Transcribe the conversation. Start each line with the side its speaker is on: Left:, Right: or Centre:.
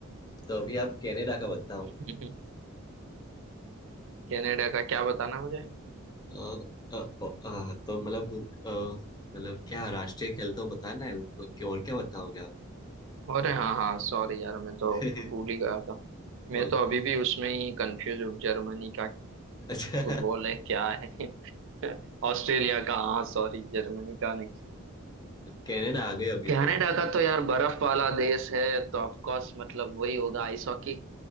Left: तो अभी आप कनाडा का बताओ
Right: <laughs> कनाडा का क्या बताना मुझे
Left: अ, अ, अ, अ, तो मतलब अ, मतलब क्या राष्ट्रीय खेल तो बताना है उसको कि और क्या बताओगे आप
Right: अरे हाँ हाँ सॉरी यार मैं तो
Left: <laughs>
Right: भूल ही गया था मैं
Left: ओके
Right: तो अभी भी उसमें ही कंफ्यूज हूँ जर्मनी का
Left: अच्छा
Right: फुटबॉल है क्या है <laughs> ऑस्ट्रेलिया का हाँ सॉरी जर्मनी का नहीं
Left: कनाडा आ गए अभी
Right: कनाडा
Left: तो
Right: का तो यार बर्फ वाला देश है तो ऑफ कोर्स मतलब वही होगा आइस हॉकी